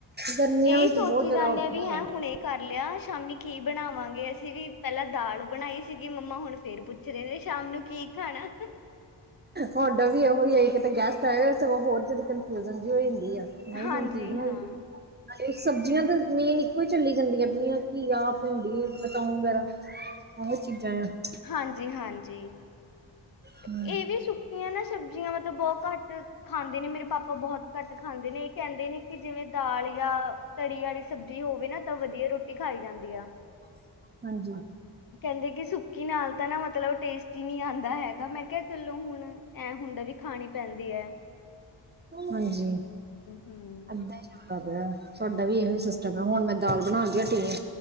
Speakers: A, on the right (about 25°); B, on the left (about 50°).
A: ਗਰਮੀਆਂ
B: ਏ
A: ਵਿੱਚ
B: ਸੋਚੀ
A: ਬਹੁਤ ਜ਼ਿਆਦਾ
B: ਜਾਣੇ
A: ਔਖਾ
B: ਆ ਵੀ
A: ਹੈਗਾ
B: ਹੈਂ ਹੁਣੇ ਕਰ ਲਿਆ, ਸ਼ਾਮੀ ਕੀ ਬਣਾਵਾਂਗੇ, ਅਸੀਂ ਵੀ ਪਹਿਲਾਂ ਦਾਲ ਬਣਾਈ ਸੀਗੀ, ਮੰਮਾ ਹੁਣ ਫੇਰ ਪੁੱਛ ਰਹੇ ਨੇ ਸ਼ਾਮ ਨੂੰ ਕੀ ਖਾਣਾ।
A: ਹਾਡਾ ਵੀ ਇਹੋ ਹੀ ਐ, ਕਿਤੇ ਗੈਸਟ ਆਏ ਹੋਏ ਸਗੋਂ ਹੋਰ ਜਿਹੀ ਕਨਫਿਊਜ਼ਨ ਜੀ ਹੋ ਜਾਂਦੀ ਆ। ਹਾਏ
B: ਹਾਂਜੀ
A: ਹੁਣ ਕੀ ਬਣਾਈਏ।
B: ਹਾਂ
A: ਸਬਜ਼ੀਆਂ, ਤਾਂ ਮੇਨ ਇੱਕੋ ਹੀ ਚੱਲ ਜਾਂਦੀਆਂ। ਘੀਆ, ਭਿੰਡੀ, ਬਤਾਉ, ਵਗੈਰਾ। ਇਹ ਹੀ ਚੀਜ਼ਾਂ ਆ।
B: ਹਾਂਜੀ-ਹਾਂਜੀ,
A: ਹਮ
B: ਇਹ ਵੀ ਸੁ ਸੁਖੀਆਂ ਨਾ ਸਬਜ਼ੀਆਂ, ਮਤਲਬ ਬਹੁਤ ਘੱਟ ਖਾਂਦੇ ਨੇ, ਮੇਰੇ ਪਾਪਾ ਬਹੁਤ ਘੱਟ ਖਾਂਦੇ ਨੇ, ਇਹ ਕਹਿੰਦੇ ਨੇ ਕਿ, ਜਿਵੇਂ ਦਾਲ ਜਾਂ ਤਰੀ ਵਾਲੀ ਸਬਜ਼ੀ ਹੋਵੇ ਨਾ, ਤਾਂ ਵਧੀਆ ਰੋਟੀ ਖਾਈ ਜਾਂਦੀ ਆ।
A: ਹਾਂਜੀ
B: ਕਹਿੰਦੇ, ਕਿ ਸੁੱਕੀ ਨਾਲ ਤਾਂ ਨਾ ਮਤਲਬ, ਟੇਸਟੀ ਨਹੀਂ ਆਉਂਦਾ ਹੈਗਾ। ਮੈਂ ਕਿਹਾ, ਚੱਲੋ ਹੁਣ ਐਂ ਹੁੰਦਾ ਵੀ, ਖਾਣੀ ਪੈਂਦੀ ਹੈ।
A: ਹਾਂਜੀ,
B: ਹੂੰ
A: ਅੱਧਾ ਤਾ ਪਿਆ ਤੁਹਾਡਾ ਵੀ ਇਹੋ ਹੀ ਸਿਸਟਮ ਹੈ। ਹੁਣ, ਮੈਂ ਦਾਲ ਬਣਾ ਕੇ ਹਟੀ ਆ।